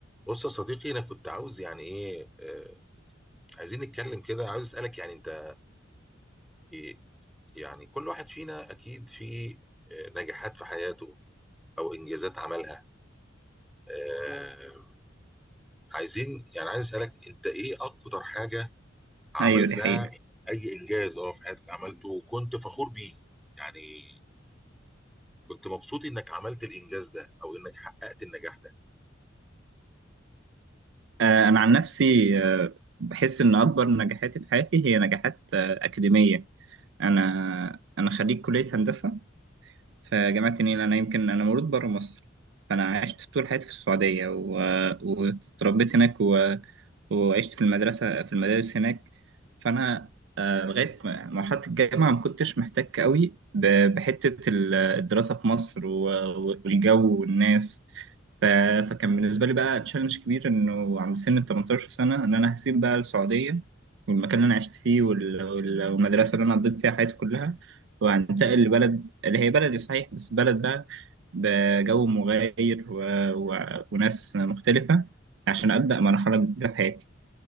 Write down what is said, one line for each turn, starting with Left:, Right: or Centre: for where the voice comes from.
Centre: بص يا صديقي انا كنت عاوز يعني ايه آه عايزين نتكلم كده عاوز اسالك يعني انت إيه يعني كل واحد فينا اكيد في آه نجاحات في حياته او انجازات عملها آه عايزين يعني عايز اسالك انت ايه اكتر حاجه عملتها
Right: ايوه دي حقيقة
Centre: اي انجاز اه في حياتك عملته وكنت فخور بيه يعني كنت مبسوط انك عملت الانجاز ده او انك حققت النجاح ده
Right: آه، انا عن نفسي آه، بحس ان اكبر نجاحاتي في حياتي هي نجاحات آه، اكاديمية انا انا خريج كلية هندسة في جامعة النيل انا يمكن انا مولود بره مصر فانا عشت طول حياتي في السعودية و... آه، واتربيت هناك و... وعشت في المدرسة في المدارس هناك فأنا آه، لغاية ما- مرحلة الجامعة ما كنتش محتاج قوي ب- بحتة ال- الدراسة في مصر و- والجو والناس ف... فكان بالنسبة لي بقى تشالنج كبير إنه عند سن ال 18 سنة إن أنا هسيب بقى السعودية والمكان اللي أنا عشت فيه وال... وال... والمدرسة اللي أنا قضيت فيها حياتي كلها وهنتقل لبلد اللي هي بلدي صحيح بس بلد بقى بجو مغاير و... و... وناس مختلفة عشان أبدأ مرحلة جديدة في حياتي